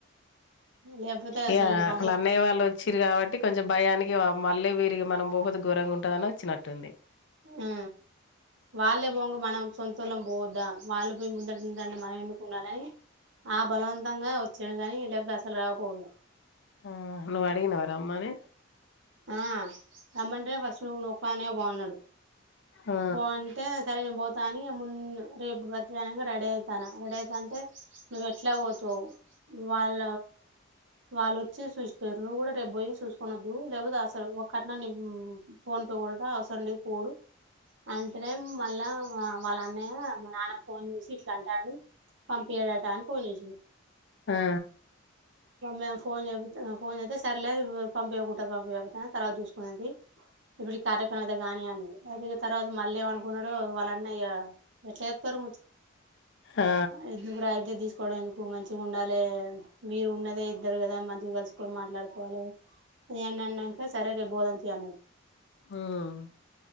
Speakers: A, on the right (about 60°); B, on the left (about 60°).
A: లేకపోతే
B: ఇయా
A: అసలు ఇగ పంప
B: అలా అన్నయ్య వాళ్ళు వచ్చారు కాబట్టి కొంచెం భయానికి మళ్ళీ వీరికి మనం పోకపోతే ఘోరంగా ఉంటుందని వచ్చినట్టుంది
A: ఆ వాళ్ళే పోంగా మనం సొంతూలం పోద్దా వాళ్ళు పోయి ముందంటే మనం ఎందుకు ఉండాలని ఆ బలవంతంగా వచ్చాడు కాని లేకపోతే అసలు రాకపోదు
B: ఆ నువ్వు అడిగినవా రమ్మని
A: ఆ రమ్మంటే ఫస్ట్ నువ్వు ఒక్కదనివే పో అన్నాడు
B: ఆ
A: పో అంటే సరే పోత సానీయ మున్ రేపు బర్త్డే అన్నగా రెడీ అవుతన్నా రెడీ అవుతానంటే నువ్వు ఎట్లా పో <unintelligible> వాళ్ళ వాళ్ళుచ్చి చూసిపోరు నువ్వు కూడా రేపు పోయి చూ కొనద్దు లేకపోతే అసలు ఒక కట్నా ని ఫోన్ పే కొడదా అవసరం లేదు పోడు అంటనే మళ్ళా వాళ్ళ అన్నయ్య మా నాన్న ఫోన్ చేసి ఇట్లా అంటాడు పంపించడట అని ఫోన్ చేసింది
B: ఆ
A: మేము ఫోన్ చె ఫోన్ చేస్త సర్లే పంపించకుంటె పంపియపో తర్వాత చూ ది ఇప్పుడు కార్యక్రమం అయితే గాని అనేది అయి తర్వాత మళ్ళీ ఏమ అనుకున్నాడు వాళ్ళన్నయ ఎట్లా చెప్తారు
B: ఆ
A: <unintelligible> కోట్టుకోడం ఎందుకు మంచిగా ఉండాలి మీరు ఉన్నదే ఇద్దరు కదా మంచిగా కలుసుకొని మాట్లాడుకోవాలి నన్నాక సరే లే పోదాం అన్నది
B: మ్